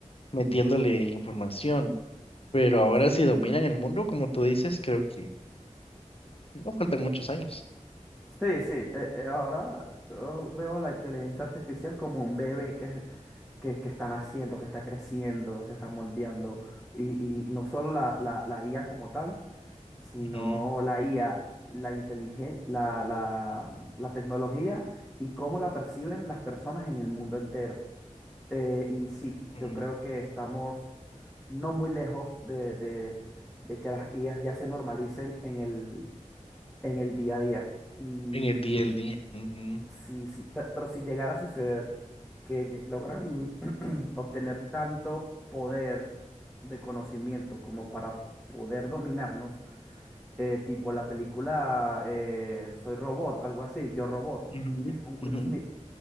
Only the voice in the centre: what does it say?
Sí,
Sí, sí, eh, eh, ahora yo veo la inteligencia artificial como un bebé que, que, que está naciendo, que está creciendo, se está moldeando. Y, y no solo la, la, la IA como tal, sino
la IA, la inteligen- la, la, mm, la tecnología y cómo la perciben las personas en el mundo entero. Eh, y sí, yo
creo que estamos no muy lejos de, de, de que las IAs ya se normalicen en el, en el día a día. Y
Sí, sí, pe- pero, si llegara a suceder que lle- logran <clears throat> obtener tanto poder de conocimiento como para poder dominarnos, eh, tipo la película eh, Soy Robot, algo así, Yo Robot,
que es con Will
Smith,